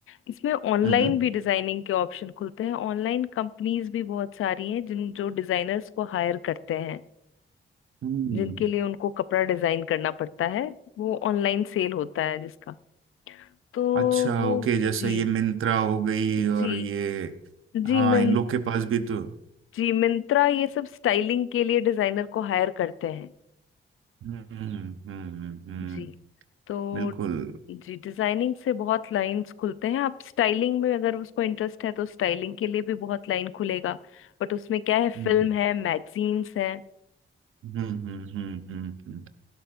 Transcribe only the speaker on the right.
हम्म
हम्म
अच्छा
ओके जैसे
ये मिंत्रा हो गई और
ये
हाँ
इन लोग के पास भी तो
हम्म हम्म हम्म हम्म,
बिल्कुल
हम्म
हम्म हम्म हम्म हम्म, हम्म।